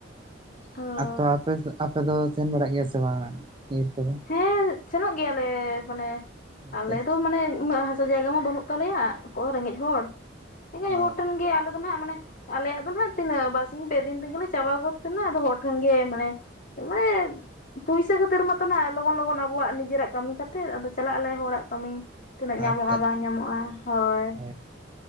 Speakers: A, on the left; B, on the right.
A: ᱚ
B: ᱟ ᱛᱚ ᱟᱯᱮ ᱥᱮᱫ ᱟᱯᱮ ᱫᱚ ᱥᱮᱱ ᱵᱟᱲᱟᱜ ᱜᱮᱭᱟ ᱥᱮ ᱵᱟᱝ ᱤᱨ ᱠᱚᱫᱚ?
A: ᱦᱮᱸ ᱥᱮᱱᱚᱜ ᱜᱮᱭᱟᱞᱮ ᱢᱟᱱᱮ
B: ᱟᱪᱪᱷᱟ ᱟᱪᱪᱷᱟ
A: ᱟᱞᱮ ᱫᱚ ᱢᱟᱱᱮ ᱩᱱᱟᱹᱜᱼᱼ ᱛᱚ ᱡᱟᱭᱜᱟ ᱢᱟ ᱵᱟᱹᱱᱩᱜ ᱛᱟᱞᱮᱭᱟ ᱠᱚ ᱨᱮᱸᱜᱮᱡ ᱦᱚᱲ ᱨᱮᱸᱜᱮᱡ
B: ᱚ
A: ᱦᱚᱲ ᱴᱷᱮᱱ ᱜᱮ ᱟᱞᱮ ᱫᱚ ᱱᱟᱦᱟᱜ ᱢᱟᱱᱮᱼᱼ ᱟᱞᱮᱭᱟᱜ ᱫᱚ ᱱᱟᱦᱟᱜ ᱛᱤᱱᱟᱹᱜ ᱵᱟᱨᱥᱤᱧ ᱯᱮ ᱫᱤᱱ ᱛᱮᱜᱮᱞᱮ ᱪᱟᱵᱟ ᱜᱚᱫ ᱛᱮᱦᱮᱱᱟ ᱟᱫᱚ ᱦᱚᱲ ᱴᱷᱮᱱ ᱜᱮ ᱢᱟᱱᱮᱼᱼ ᱢᱮ ᱯᱩᱭᱥᱟ ᱠᱷᱟᱹᱛᱤᱨᱡᱟ ᱛᱚ ᱱᱟᱜ ᱞᱚᱜᱚᱱ ᱞᱚᱜᱚᱱ ᱟᱵᱚᱣᱟᱜ ᱱᱤᱡᱮᱨᱟᱜ ᱠᱟᱹᱢᱤ ᱠᱟ ᱠᱟᱛᱮᱫ ᱟᱫᱚ ᱪᱟᱞᱟᱜ ᱟᱞᱮ ᱦᱚᱲᱟᱜ ᱠᱟᱹᱢᱤ᱾ ᱛᱤᱱᱟᱹᱜ ᱧᱟᱢᱚᱜᱼᱟ
B: ᱟᱪᱪᱷᱟ ᱟᱪᱪᱷᱟ
A: ᱵᱟᱝ ᱧᱟᱢᱚᱜᱼᱟ ᱦᱳᱭ
B: ᱦᱮᱸ